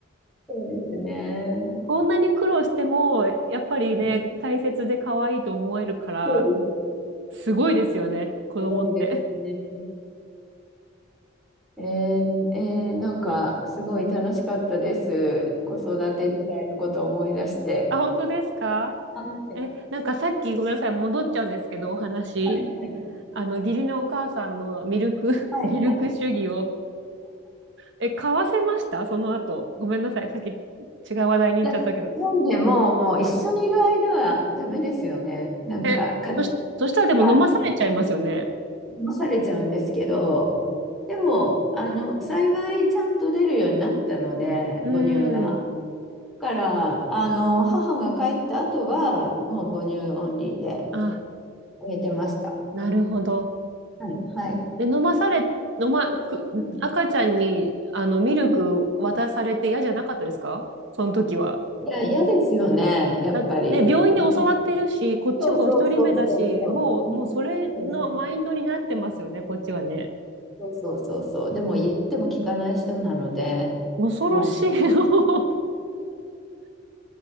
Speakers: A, in the centre; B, on the right (about 60°).
A: そうですね。
B: こんなに苦労しても、やっぱりね、
A: うん、
B: 大切で可愛いと思えるから、
A: そうです。
B: すごいですよね、子供って。
A: すごいですね。えー、えーなんか、すごい楽しかったです。子育て時代のことを思い出して。
B: あ、本当ですか
A: はい、
B: え、なんかさっきごめんなさい、戻っちゃうんですけど、お話。
A: はい、はい。
B: あの、義理のお母さんのミルク、<laughs>
A: はい、
B: ミルク主義を、
A: はい。
B: え、買わせましたその後。ごめんなさい。さっき違う話題に行っちゃったけど。
A: いや、なんでも、一緒にいる間はダメですよね。なんか、
B: え、
A: 家
B: そし、そしたらでも飲まされちゃいますよね。
A: 庭が騙されちゃうんですけど、でも、あの、幸いちゃんと出るようになったので、
B: うーん。
A: 母乳が。だから、あの、母が帰った後は、もう母乳オンリーで。
B: あ、
A: 見えてました。
B: なるほど。
A: はい。はい。
B: で、飲まされ、飲ま、く、
A: うん。
B: 赤ちゃんに、あの、ミルク渡されて嫌じゃなかったですかその時は。
A: うんいや、嫌ですよね、やっぱり。
B: だね、病院で教わってるし、
A: うん
B: こっちも一人目だし、
A: そうそうそうそうそう。
B: もう、
A: うん
B: もうそれのマインドになってますよね、
A: そうそう。
B: こっちはね。
A: そうそうそうそう。でも言っても聞かない人なので、
B: 恐ろしい。
A: もう
B: <laughs>